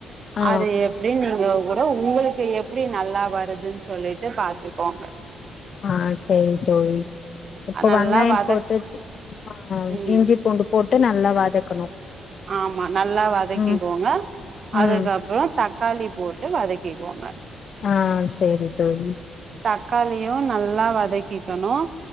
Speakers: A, on the left; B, on the right.
A: ஆ
B: அது எப்படினு நீங்க கூட உங்குளுக்கு எப்படி நல்லா வருதுன் சொல்லிட்டு பாத்துக்கோங்க
A: ஆஹ் சரி தோழி இப்ப
B: நல்லா
A: வெங்காயம்
B: வதக்
A: போட்டு ஆஹ்
B: ம்
A: இஞ்சி பூண்டு போட்டு நல்லா வதக்கணு
B: ஆமா நல்லா வதக்கிக்கோங்க
A: ம் ம்
B: அதுக்கப்புறம் தக் காளி போட்டு வதக்கிக்கோங்க
A: ஆஹ் சரி தோழி
B: தக்காளியு நல்லா வதக்கிக்கணு